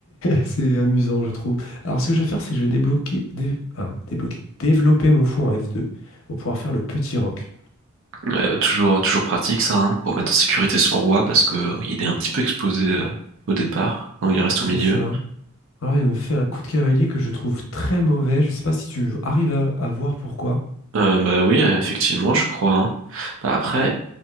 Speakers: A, on the left; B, on the right.
A: <laughs> c'est amusant, je trouve. Alors, ce que je vais faire, c'est que je vais débloquer, dé- ah, débloquer, développer mon fou en F2 pour pouvoir faire le petit roc.
B: Ouais, bah, toujours, toujours pratique ça, hein, pour mettre en sécurité son roi parce que il est un petit peu exposé euh, au départ, donc il reste
A: C'est
B: au milieu.
A: ça. Alors, il me fait un coup de cavalier que je trouve très mauvais. Je sais pas si tu arrives à à voir pourquoi.
B: Euh, bah oui, euh, effectivement, je crois. hein. Bah après,